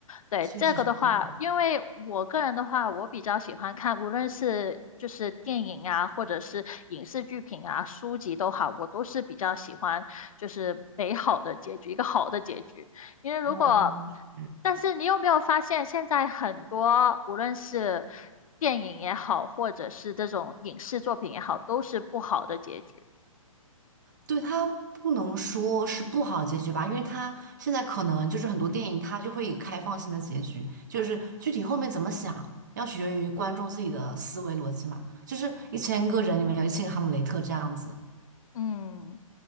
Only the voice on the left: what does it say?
对，
这个的话，因为我个人的话，我比较喜欢看，无论是就是电影啊，或者是影视剧品啊、书籍都好，我都是比较喜欢就是美好的结局，一个好的结局。因为如果，
但是你有没有发现，现在很多无论是电影也好，或者是这种影视作品也好，都是不好的结局。
嗯，